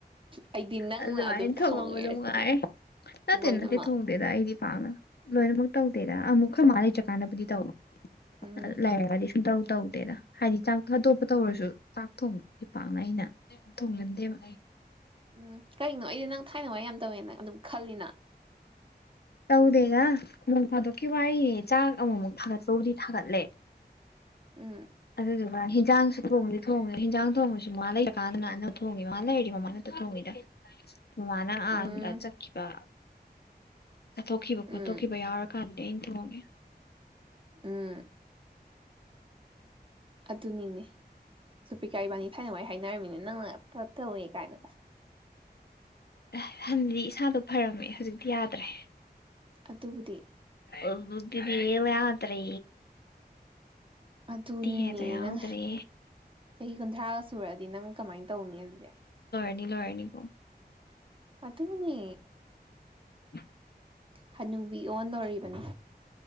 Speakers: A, on the right; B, on the left.
A: ꯑꯩꯗꯤ ꯅꯪꯅ
B: ꯑ ꯑꯗꯨꯃꯥꯏꯅ
A: ꯑꯗꯨꯝ ꯊꯣꯡꯉꯦ
B: ꯊꯣꯡꯉꯝꯕꯗꫭ
A: ꯑꯁꯤꯗꯤ
B: ꯅꯨꯡꯉꯥꯏ ꯅꯠꯇꯦ
A: ꯂꯣꯏꯅꯃꯛ
B: ꯅꯠꯇꯦ ꯊꯣꯡꯗꯦꯗ ꯑꯩꯗꯤ ꯄꯥꯛꯅ ꯂꯣꯏꯅꯃꯛ ꯇꯧꯗꯦꯗ ꯑ ꯑꯃꯨꯛ ꯑꯈꫭꯏꯃꯥ ꯂꯩꯇ꯭ꯔ ꯀꯥꯟꯅꯕꯨꯗꯤ ꯇꯧ
A: ꯎꯝ
B: ꯑꯗ ꯂꯩꯔꯒꯗꯤ ꯁꯨꯡꯇꯧ ꯇꯧ ꯇꯦꯗ ꯍꯥꯏꯗꯤ ꯆꯥꯛ ꯍꯥꯇꯣꯛꯞꯄ ꯇꯧꯔꯁꯨ ꯆꯥꯛ ꯊꯣꯡꯕꯗꯤ ꯄꯥꯛꯅ ꯑꯩꯅ ꯊꯣꯡꯒꯟꯗꯦꯕ
A: ꯎꯝ ꯀꯩꯅꯣ ꯑꯩꯗꯤ ꯅꯪ ꯊꯥꯏꯅ ꯋꯥꯏ ꯌꯥꯝ ꯇꯧꯋꯦꯅ ꯑꯗꯨꯝ ꯈꯜꯂꯤꯅ
B: ꯇꯧꯗꯦꯗ ꯅꯣꯡ ꯐꯥꯗꯣꯛꯀꯤ ꯋꯥꯔꯤꯅꯤ ꯆꯥꯛ ꯑꯃꯨꯛ ꯃꯨꯛ ꯊꯥꯒꯠꯄꯕꯨꯗꯤ ꯊꯥꯒꯠꯂꯦ
A: ꯎꯝ
B: ꯑꯗꯨꯗꯨꯒ ꯍꯤꯟꯖꯥꯡꯁꯨ ꯊꯣꯡꯗꯤ ꯊꯣꯡꯉꯦ ꯍꯤꯟꯖꯥꯡ ꯊꯣꯡꯕꯁꯨ ꯃꯥ ꯂꯩꯇ ꯀꯥꯟꯗꯅ ꯑꯅꯝ ꯊꯣꯡꯉꯦ ꯃꯥ ꯂꯩꯔꯗꯤ ꯃꯃꯥꯡꯅ ꯍꯦꯛꯇ ꯊꯣꯡꯉꯤꯗ ꯃꯃꯥꯅ ꯑꯥ
A: ꯎꯝ
B: ꯑꯣꯝꯗ ꯆꯠꯈꯤꯕ ꯆꯠꯊꯣꯛꯈꯤꯕ
A: ꯎꯝ
B: ꯈꯣꯠꯇꯣꯛꯈꯤꯕ ꯌꯥꯎꯔꯀꯥꯟ ꯑꯩꯅ ꯊꯣꯡꯉꯦ
A: ꯎꯝ ꯑꯗꯨꯅꯤꯅꯦ ꯁꯨꯄꯤꯀꯥ ꯏꯕꯥꯅꯤ ꯊꯥꯏꯅ ꯋꯥꯏ ꯍꯥꯏꯅꯔꯝꯃꯤꯅꯦ ꯅꯪꯅ ꯄꯠ ꯇꯧꯋꯦ ꯀꯥꯏꯅ ꯀ
B: ꯑꯍ ꯍꯟꯗꯤ ꯏꯁꯥꯗꯣ ꯐꯔꯝꯃꯦ ꯍꯧꯖꯤꯛ ꯌꯥꯗ꯭ꯔꯦ
A: ꯑꯗꯨꯕꯨꯗꯤ
B: ꯑꯧꯖꯤꯀꯤꯗꯤ ꯑꯦꯜ ꯌꯥꯗ꯭ꯔꯦ
A: ꯑꯗꯨꯅꯤꯅꯦ
B: ꯗꯤꯍꯦꯗꯣ ꯌꯥꯎꯗ꯭ꯔꯦ
A: ꯅꯪ ꯆꯍꯤ ꯀꯨꯟꯊ꯭ꯔꯥꯒ ꯁꯨꯔꯛꯑꯗꯤ ꯅꯪ ꯀꯃꯥꯏꯅ ꯇꯧꯅꯤ ꯑꯗꯨꯗꯤ
B: ꯅꯤ ꯂꫭꯏꯔꯅꯤꯀꯣ
A: ꯑꯗꯨꯅꯦ
B: <inaudible>
A: ꯍꯅꯨꯕꯤ ꯑꯣꯟꯗꯧꯔꯤꯕꯅꯦ